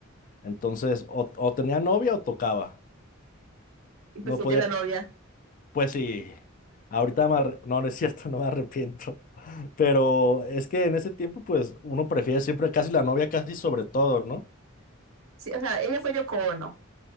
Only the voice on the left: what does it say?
Entonces, o, o tenía novia o tocaba.
No podía,
pues sí, ahorita me arre- no, no es cierto, <laughs> no me arrepiento. Pero es que en ese tiempo, pues uno prefiere siempre casi la novia, casi sobre todo, ¿no?